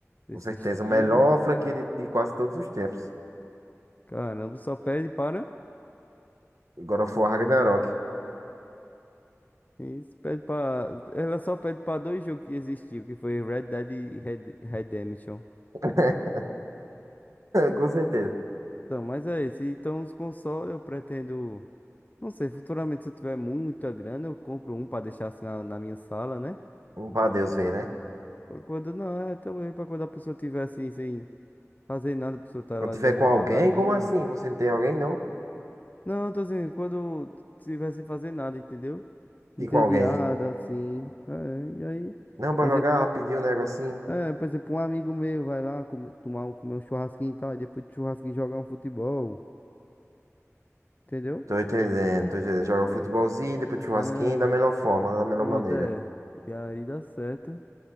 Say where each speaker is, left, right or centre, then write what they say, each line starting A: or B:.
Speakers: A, on the left; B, on the right.
A: Desse
B: Com certeza,
A: estilo?
B: o melhor franquia de, de quase todos os tempos.
A: Caramba, só pede para.
B: God of War Ragnarok.
A: Isso, pede para. Ela só pede para dois jogos que existiu, que foi Red Dead e Red... Redemption.
B: <laughs> Com certeza.
A: Então, mas é esse. Então, os consoles eu pretendo. Não sei, futuramente, se eu tiver muita grana, eu compro um pra deixar assim na, na minha sala, né?
B: Um pra Deus ver, né?
A: Qu- Quando não, é também pra quando a pessoa tiver assim, sem fazer nada, a pessoa tá
B: Quando
A: lá
B: tiver
A: dando
B: com
A: uma
B: alguém,
A: jogadinha.
B: como assim? Você não tem alguém, não?
A: Não, tô dizendo, quando tiver sem fazer nada, entendeu? Entediada,
B: Tem com alguém, né?
A: assim. É, e aí,
B: Não, pra
A: por
B: jogar
A: exemplo,
B: rapidinho um negocinho.
A: É, por exemplo, um amigo meu vai lá comer, tomar um, comer um churrasquinho e tal, e depois do churrasquinho jogar um futebol, entendeu?
B: Tô entendendo, tô entendendo. Joga um futebolzinho, depois churrasquinho,
A: É,
B: da melhor forma, da melhor
A: pronto,
B: maneira.
A: é. E aí dá certo.